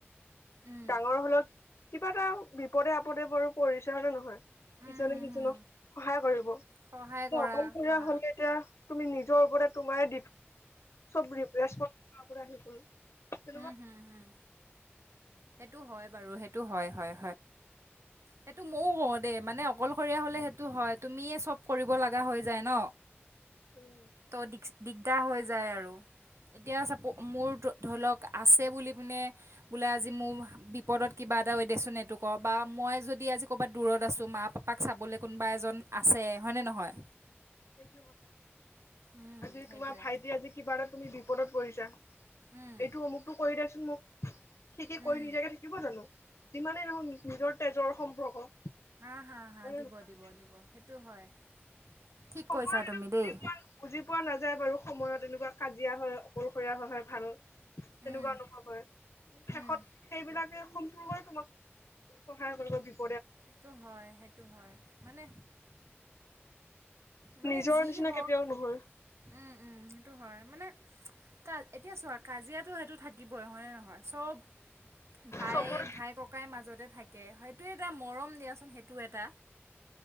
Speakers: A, on the right; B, on the left.
A: উম,
B: ডাঙৰ হ'লত কিবা এটা বিপদে -আপদে বাৰু পৰিচা হ'লে নহয়।
A: উম,
B: ইজনে
A: হুম,
B: সিজনক
A: হুম,
B: সহায় কৰিব এতিয়া
A: সহায় কৰা
B: অকলশৰীয়া
A: হা।
B: হ'লগে এতিয়া। তুমি নিজৰ ওপৰতে তোমায়ে দিপ। চব ৰিপ্ৰেছপত আপোনাৰ আহি গ'ল। তেনেকুৱা
A: উম হম হম। সেইটো হয় বাৰু সেইটো হয় হয়। হেইটো ময়ও কওঁ দেই মানে অকলশৰীয়া হ'লে সেইটো হয় তুমিয়ে চব কৰিব লাগা হৈ যায় ন।
B: উম
A: ত দ্ৰিকচ দিগদাৰ হৈ যায় আৰু। এতিয়া চাপ মোৰ ধৰি লওক আছে বুলি পিনে বোলে আজি। মোহ বিপদত কিবা এটা ৱেডেচন এইটো কবা মই যদি আজি ক'ৰবাত দূৰত আছো মা পাপাক চাবলৈ কোনো বা এজন আছে হয়নে নহয়।
B: সেইটো কথা
A: উম,
B: আজি
A: সেইটোৱে
B: তোমাৰ ভাইটি আজি কিবা এটা তুমি দিব। পদত পৰিছা
A: উম,
B: এইটো অমুকটো কৰি দেচোন মোক। সি কি
A: উম,
B: কৰি নিদিয়াকে থাকিব জানো যিমানেই নহক নিজৰ তেজৰ সম্পৰ্ক।
A: হ হা হা
B: হয় নে
A: দিব
B: নহয়
A: দিব দিব সেইটো হয়। ঠিক
B: সময়ত
A: কৈছা তুমি
B: এনে বুজি
A: দেই
B: পোৱা বুজি পোৱা নাযায় বাৰু সময়ত এনেকুৱা কাজিয়া হয় অকলশৰীয়া হয় হয়। ভাল তেনেকুৱা
A: উম,
B: অনুভৱ হয় শেষত
A: উম,
B: সেইবিলাক। যে সম্পূৰ্বই তোমাক সহায় কৰিব বিচাৰ।
A: সেইটো হয় সেইটো হয় মানে। মানে
B: নিজৰ
A: যি
B: নিচিনা
A: হওক
B: কেতিয়াও নহয়
A: উম উম সেইটো হয়। মানে কা এতিয়া চোৱা কাজিয়াটো সেইটো থাক। কি বয়সনে নহয় চব ভাই
B: চবৰে
A: ভাই ককাই মাজতে থাকে হয়। এইটোোৱে এটা মৰম দিয়াচোন সেইটো এটা